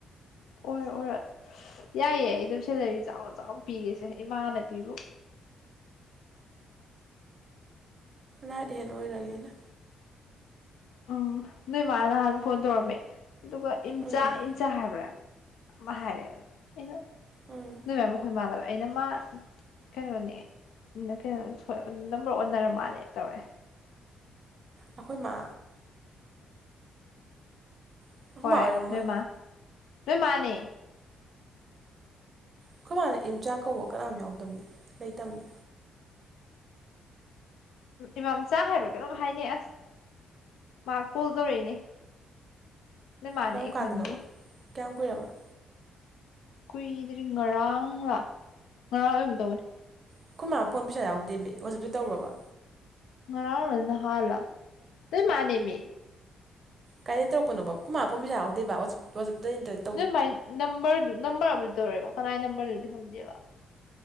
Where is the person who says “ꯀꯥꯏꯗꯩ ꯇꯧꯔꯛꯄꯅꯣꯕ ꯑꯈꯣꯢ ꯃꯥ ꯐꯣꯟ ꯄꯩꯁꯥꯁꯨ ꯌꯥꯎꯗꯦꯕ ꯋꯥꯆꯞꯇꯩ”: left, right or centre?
Right